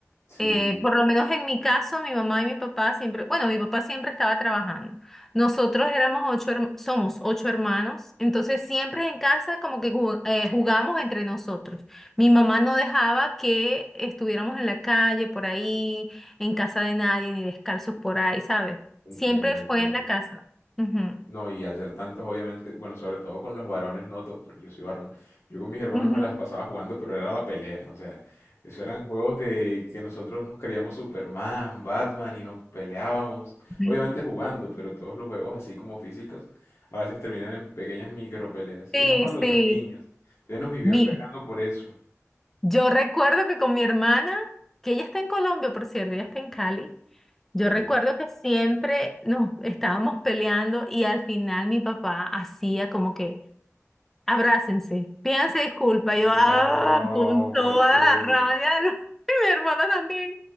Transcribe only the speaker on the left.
Sí,
entiendo,
entiendo.
No, y al ser tantos, obviamente, bueno, sobre todo con los varones noto, porque yo soy varón, yo con mis hermanos
me las pasaba jugando, pero era la pelea, o sea, eso eran juegos de que nosotros nos creíamos Superman, Batman y nos peleábamos,
obviamente jugando, pero todos los juegos así como físicos, a veces terminan en pequeñas micro peleas,
y más cuando
son niños, entonces nos vivían
pegando por eso,
ok.
No,
porque...